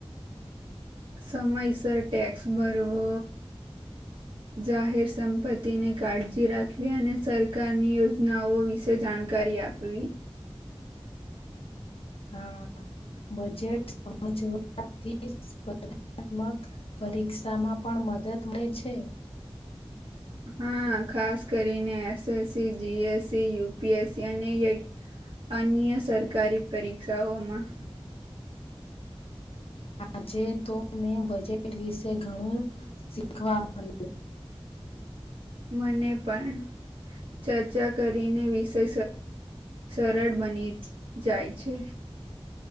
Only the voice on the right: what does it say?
સમયસર ટેક્સ ભરવો જાહેર સંપત્તિને કાળજી રાખવી, અને સરકારની યોજનાઓ વિશે જાણકારી. આપવી
હા, ખાસ કરીને એસએસસી જીએસસી યુપીએસસી અને અન્ય સરકારી પરીક્ષાઓમાં
મને, પણ ચર્ચા કરીને વિષય સરળ બની જાય છે.